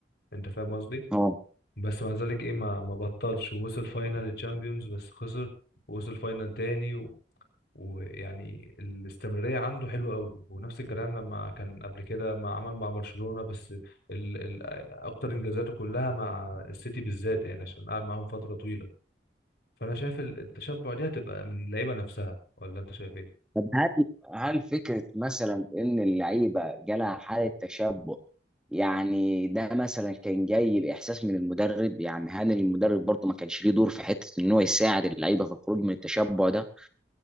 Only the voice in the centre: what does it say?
اه
طب هل هل فكره مثلا ان اللعيبه جالها حاله تشبع يعني ده مثلا كان جاي باحساس من المدرب يعني هاني المدرب برضه ما كانش ليه دور في حته ان هو يساعد اللعيبه في الخروج من التشبع ده